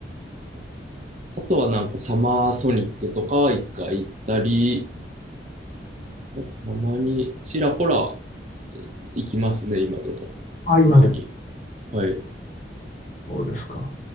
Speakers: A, on the right (about 40°); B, on the left (about 40°).
A: あとはなんかサマーソニックとかは一回行ったり、まあたまにちらほら行きますね、今でも。
B: あ、今でも
A: たまに。はい。
B: そうですか。